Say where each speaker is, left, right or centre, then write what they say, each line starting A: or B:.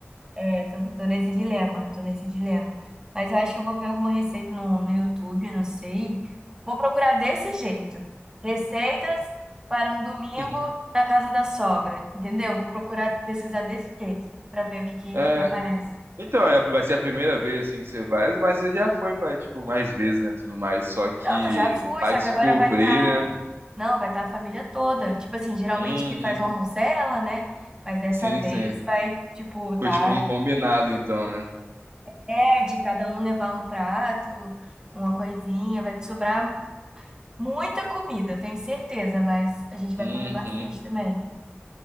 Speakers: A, on the right; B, on the right.
A: É, tô, tô nesse dilema, tô nesse dilema. Mas eu acho que eu vou ver alguma receita no, no YouTube, eu não sei. Vou procurar desse jeito. Receitas para um domingo
B: <laughs>
A: na casa da sogra, entendeu? Vou procurar pesquisar desse jeito pra ver o que que,
B: É.
A: que que aparece.
B: Então, é, vai ser a primeira vez assim que você vai, mas você já foi, vai, tipo, mais vezes, né, tudo mais, só que
A: Não, eu já fui,
B: vai
A: só
B: descobrir,
A: que agora vai estar
B: né?
A: Não, vai estar a família toda. Tipo assim, geralmente
B: Uhum.
A: que faz o almoço é ela, né? Mas dessa
B: Sim,
A: vez
B: sim.
A: vai, tipo,
B: Foi
A: tá.
B: tipo um combinado então, né?
A: É, de cada um levar um prato, uma coisinha. Vai te sobrar muita comida, eu tenho certeza, mas a gente vai
B: Uhum.
A: comer bastante também.